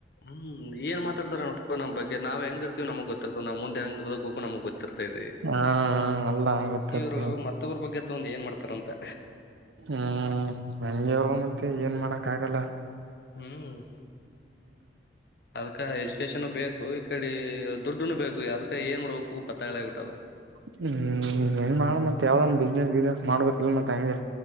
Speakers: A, on the left (about 55°); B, on the right (about 80°).
A: ಹ್ಮ್ ಏನ್ ಮಾತಾಡ್ತಾರ ನಪ್ಪ ನಮ್ಮ ಬಗ್ಗೆ ನಾವ್ ಹೆಂಗ ಇರ್ತಿವಿ ನಮ್ಗ್ ಗೊತ್ತಿರ್ತವ ನ ಮುಂದ ಹೆಂಗ್ ನಮಗೆ ಗೊತ್ತ ದೆ
B: ಹ ಅಲ್ಲ ಗೊತ್ತಿರ್ತದ
A: ಇವರು ಮತ್ತೊಬ್ಬ್ರ ಬಗ್ಗೆ ತ ಒಂದು ಏನ್ ಮಾಡ್ತಾರೆ ತರಂತೆ
B: ಹ್ಮ್ ನಂಗೆ ಮತ್ತೆ ಏನ್ ಮಾಡಕ್. ಕ ಕಲ್ಲ.
A: ಹ್ಮ್ ಅ ಎಜುಕೇಶನ್ ಬೇಕು ಈ ಕಡೆ ದುಡ್ಡುನು ಬೇಕು ಅದಕ್ಕ ಏನ್ ನಡಬೇಕು ಕತ್ತಾಗಲ ಆಗ್ಬಟ್ಟದ.
B: ಹ್ಮ್ ನೀವ ನ್ ಮಾಡ ಮತ್ತತ್ ಯಾವ್ದನ್ ಬಿಸ್ನೆಸ್ ಬಿಸ್ನೆಸ್ ಮಾಡ್ಬೇಕಲ್ ಮತ್ತೆ ಹಂಗೆ.